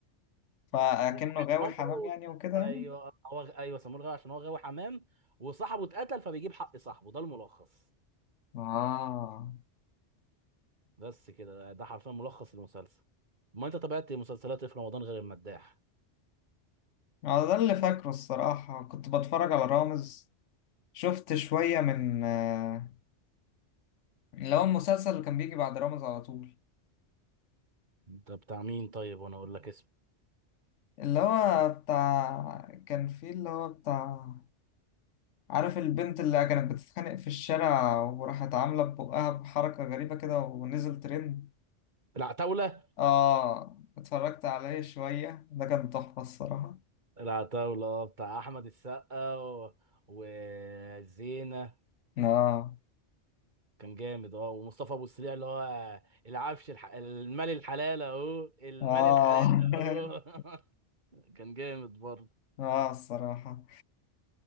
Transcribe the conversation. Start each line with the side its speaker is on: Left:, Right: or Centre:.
Left: فاكنه
Right: وصاحب
Left: غاوي
Right: عمره
Left: حمام يعني وكده
Right: ايوه
Left: يعني
Right: هو ايوه سموه الغاوي عشان هو غاوي حمام وصاحبه اتقتل فبيجيب حق صاحبه ده الملخص
Left: اه
Right: بس كده ده حرفيا ملخص المسلسل ما انت تابعت مسلسلات ايه في رمضان غير المداح
Left: على ده اللي فاكره الصراحة كنت بتفرج على رامز شفت شوية من آه، اللي هو المسلسل اللي كان بيجي بعد رامز على طول
Right: انت بتاع مين طيب وانا اقول لك اسمه
Left: اللي هو بتاع كان فيه اللي هو بتاع عارف البنت اللي كانت بتتخانق في الشارع وراحت عاملة ببقها بحركة غريبة كده ونزل ترند
Right: العتاولة
Left: اه اتفرجت عليه شوية ده كان تحفة الصراحة
Right: العتاولة اه، بتاع احمد السقا و... وزينة
Left: اه
Right: كان جامد اه ومصطفى ابو السريع اللي هو العفش الح... المال الحلال اهو المال
Left: اه
Right: الحلال اهو
Left: <laughs>
Right: <laughs> كان جامد برضه
Left: اه الصراحة